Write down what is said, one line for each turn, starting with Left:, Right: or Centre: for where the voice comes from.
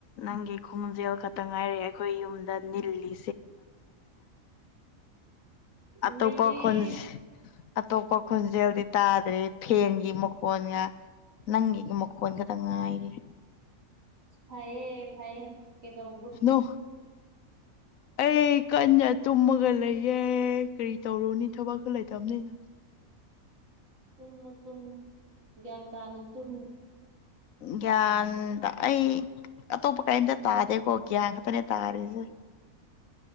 Left: ꯅꯪꯒꯤ ꯈꯣꯡꯖꯦꯜ ꯈꯛꯇ ꯉꯥꯏꯔꯛꯑꯦ ꯑꯩꯈꯣꯏ ꯌꯨꯝꯗ ꯅꯤꯜꯂꯤ ꯑꯇꯣꯞꯄ
Right: ꯅꯌꯦ
Left: ꯈꯣꯟꯖꯦꯜ ꯑꯇꯣꯞꯄ ꯈꯣꯟꯖꯦꯜꯗꯤ ꯇꯥꯗ꯭ꯔꯦ ꯐꯦꯟꯒꯤ ꯃꯈꯣꯟꯒ ꯅꯪꯒꯤ ꯃꯈꯣꯟ ꯈꯛꯇꯪ ꯉꯥꯏꯔꯤꯦ
Right: ꯐꯌꯦ ꯐꯌꯦ ꯀꯩꯗꯧ
Left: ꯅ ꯑꯩ ꯀꯟꯅ ꯇꯨꯝꯃꯒ ꯂꯩꯌꯦꯦ ꯀꯔꯤ ꯇꯧꯔꯨꯅꯤ ꯊꯕꯛ ꯈ ꯂꯩꯇꯕꯅꯤꯅ
Right: ꯇꯨꯝ ꯇꯨꯝ ꯒ꯭ꯌꯥꯟ ꯇꯥꯅ ꯇꯨꯝ
Left: ꯒ꯭ꯌꯥꯟꯗ ꯑꯩ ꯑ ꯇꯕꯨ ꯀꯩ ꯇꯥꯗꯦ ꯀꯣꯒ ꯑꯈꯇꯅꯦ ꯇꯥꯔꯁꯦ
Right: ꯎꯝ